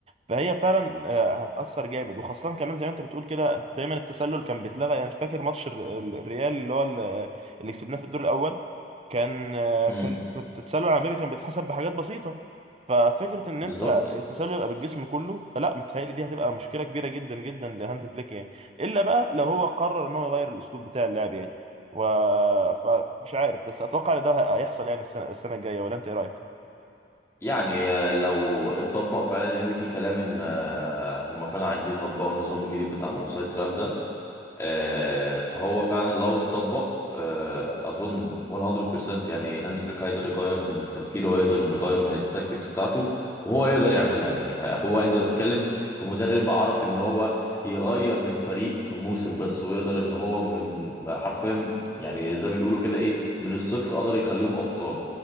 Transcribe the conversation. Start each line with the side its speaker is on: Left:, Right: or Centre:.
Right: فهي فعلا آه، هتأثر جامد وخاصة كمان زي ما انت بتقول كده دايما التسلل كان بيتلغى يعني مش فاكر ماتش الر- الريال اللي هو ال- اللي كسبناه في الدور الأول كان آه،
Left: امم
Right: كان كنت التسلل العمودي كان بيتحسب بحاجات بسيطة ففكرة ان
Left: بالظبط
Right: انت التسلل يبقى بالجسم كله فلا متهيألي دي هتبقى مشكلة كبيرة جدا جدا لهانز فليك يعني الا بقى لو هو قرر ان هو يغير الاسلوب بتاع اللعب يعني و... فمش عارف بس اتوقع ان ده هيحصل يعني السنه السنه الجايه ولا انت ايه رايك
Left: يعني آه، لو اتطبق فعلا لان في كلام ان آه، هم فعلا عايزين يطبقوا النظام الجديد بتاع الاوفسايد تراب ده آه، فهو فعلا لو اتطبق آه، اظن 100% يعني هانز فليك هيقدر يغير من تفكيره ويقدر يغير من التاكتكس بتاعته وهو يقدر يعملها يعني هو انت بتتكلم في مدرب عرف ان هو يغير من فريق في موسم بس ويقدر ان هو من حرفيا يعني زي ما بيقولوا كده ايه من الصفر قدر يخليهم ابطال